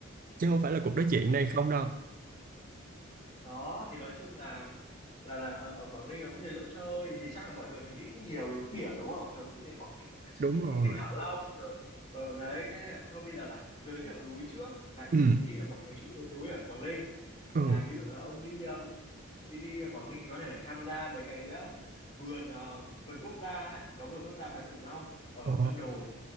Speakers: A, on the right; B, on the left.
A: Chứ không phải là cuộc nói chuyện này không đâu.
B: đó thì nói chung là là là ở Quảng Ninh cũng nhiều chỗ chơi thì chắc là mọi người nghĩ nhiều đến biển đúng không thường nghĩ đến Quảng Ninh mọi người sẽ
A: Đúng
B: nghĩ
A: rồi.
B: Vịnh Hạ Long rồi ở đấy thế nên là thôi bây giờ là giới thiệu núi trước là
A: Ừ.
B: ít khi là mọi người nghĩ đến núi ở Quảng Ninh
A: Ừ.
B: là ví dụ là ông đi um, đi đi Quảng Ninh thì có thể tham gia mấy cái um, vườn um, vườn quốc gia ấy. có vườn quốc gia Bái Tử Long ở
A: Ờ,
B: Vân Đồn